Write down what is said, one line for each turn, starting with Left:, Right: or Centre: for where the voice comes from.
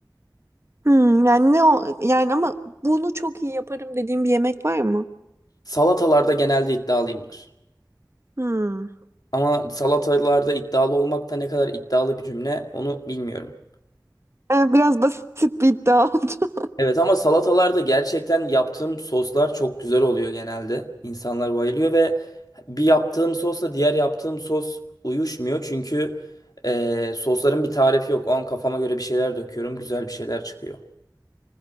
Right: Hmm, yani ne o yani ama bunu çok iyi yaparım dediğim bir yemek var mı?
Left: Salatalarda genelde iddialıyımdır.
Right: Hmm.
Left: Ama salatalarda iddialı olmak da ne kadar iddialı bir cümle onu bilmiyorum.
Right: Ee, biraz basit bir iddia <laughs> oldu.
Left: Evet ama salatalarda gerçekten yaptığım soslar çok güzel oluyor genelde. İnsanlar bayılıyor ve bir yaptığım sosla diğer yaptığım sos uyuşmuyor. Çünkü e, sosların bir tarifi yok. O an kafama göre bir şeyler döküyorum. Güzel bir şeyler çıkıyor.